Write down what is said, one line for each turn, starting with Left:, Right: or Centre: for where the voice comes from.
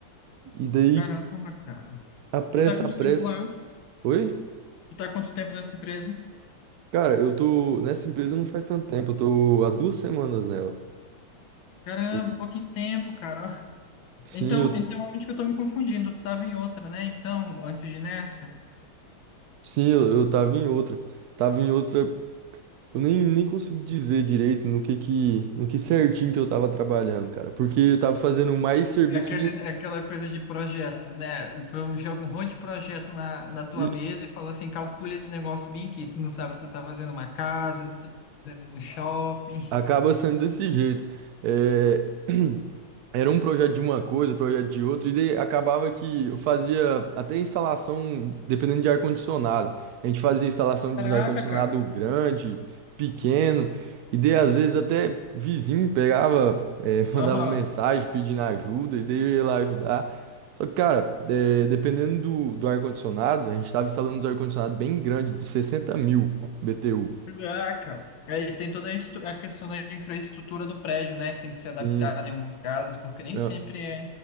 Right: E daí
Left: caramba, cara.
Right: apressa,
Left: Tu tá quanto
Right: apressa.
Left: tempo lá?
Right: Oi?
Left: Tu tá quanto tempo nessa empresa?
Right: Cara, eu tô nessa empresa não faz tanto tempo, eu tô há duas semanas nela.
Left: Caramba,
Right: Eu-
Left: pouquinho tempo, cara. ó.
Right: Sim,
Left: Então,
Right: eu
Left: então acho que eu tô me confundindo. Tu tava em outra, né? Então, antes de nessa.
Right: Sim, eu, eu tava em outra. Tava em outra. Eu nem, nem consigo dizer direito no que que, no que certinho que eu tava trabalhando, cara. Porque eu tava fazendo mais serviço
Left: É aquele, é aquela coisa de projetos, né? Eu jogo um monte de projeto na, na tua
Right: geral.
Left: mesa e falo assim, calcula esse negócio bem aqui. Tu não sabe se tu tá fazendo uma casa, se tu tá fazendo um shopping.
Right: Acaba sendo desse jeito. É, <clears throat> Era um projeto de uma coisa, projeto de outra, e daí acabava que eu fazia até instalação, dependendo de ar-condicionado. A gente fazia instalação
Left: Caraca,
Right: de um ar-condicionado
Left: cara.
Right: grande, pequeno, e daí às vezes até vizinho pegava, eh, <laughs> mandava
Left: Aham.
Right: mensagem pedindo ajuda, e daí eu ia lá ajudar. Só que, cara, eh, dependendo do, do ar-condicionado, a gente estava instalando uns ar-condicionado bem grande, de sessenta mil BTU.
Left: Caraca. Aí tem toda a, estru- a questão da infraestrutura do prédio, né? Que tem que ser adaptada
Right: Sim.
Left: em alguns casos, porque nem
Right: É,
Left: sempre é...